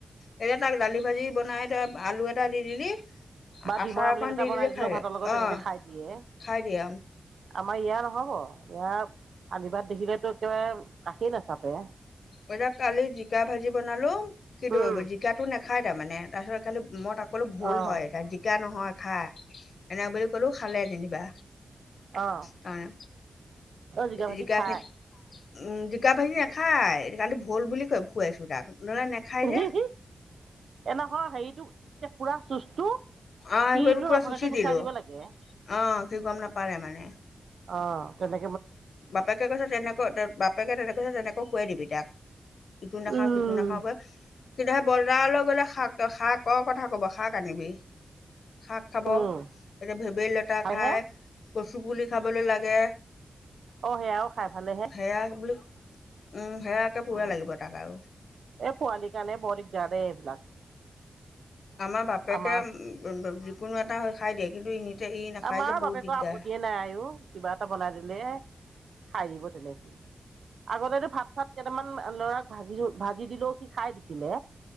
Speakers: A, on the left; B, on the right.
A: এতিয়া তাক দালি ভাজি বনাই ত আলু এটা দি দিলি।
B: বা
A: আচাৰ
B: ডিমৰ আমলেট
A: অকণ
B: এটা
A: দি
B: বনাই
A: দিলি
B: দিলেও
A: খাই দিয়ে
B: ভাতৰ লগত
A: অঁ
B: তেনেকে খাই দিয়ে
A: খাই দিয়ে অঁ
B: আমাৰ ইয়াৰ ন। হব ইয়াৰ আলিবাট দেখিলেতো একেবাৰে কাষেই নাচাপে।
A: এতিয়া কালি জিকা ভাজি বনালো কি ধৰিব
B: অ',
A: জিকাটো নেখাই। খায় তাৰমানে তাৰপিছত খালি মই তাক কলো ভুল
B: অ',
A: হয় তাত জিকা নহয়। খাই এনেক বুলি ক'লেও খালে যেনিবা।
B: অ',
A: কাৰণে
B: জিকা ভাজি
A: জিকাখিনি
B: খাই।
A: উম, জিকা ভাজি নাখায় সেইটো কাৰণে ভুল বুলি কয় খোৱাইছোঁ তাক। নহ'লে নাখায়
B: এনেকুৱা
A: যে
B: হেৰিটো এ পুৰা চুচটো,
A: অহ
B: সিৰটো
A: এইবোৰ পুৰা
B: নথকাকে
A: চুচি
B: গুচাই
A: দিলো
B: দিব লাগে।
A: আহ সি গম নাপালে মানে
B: অ' তেনে
A: বাপেকে কৈছে তেনেকৈ বাপেকে তেনেকৈ কৈছে তেনেকৈ খুৱাই দিবি তাক। ইটো নাখাও
B: উম,
A: সিটো নাখাও কৰে। কিন্তু সেই বজাৰলৈ গ'লে শাক-শাকৰ কথা কব শাক আনিবি। শাক খাব
B: উম,
A: এতিয়া ভেবেলি লতা
B: হয়হে
A: খাই কচু পুলি খাবলৈ লাগে।
B: অ' সেয়াও খাই। ভালেহে।
A: সেয়া বুলি উম, সেয়া একে পুৰা
B: উম,
A: লাগিব তাক আৰু।
B: এই পোৱালি কাৰণে বৰ দিগদাৰ দে এইবিলাক।
A: আমাৰ বাপেকে
B: আমাৰ
A: যিকোনো এটা হৈ খাই দিয়ে কিন্তু ই নাখায়
B: আমাৰ
A: যে বহুত
B: বাপেকৰ
A: দিগদাৰ
B: আপত্তিয়ে নাই আইঅ' কিবা এটা বনাই দিলে খাই দিব তেনেকে আগতেতো ভাত চাত কেইটামান লৰাক, ভাজি-ভাজি দিলেও সি খাই দিছিলে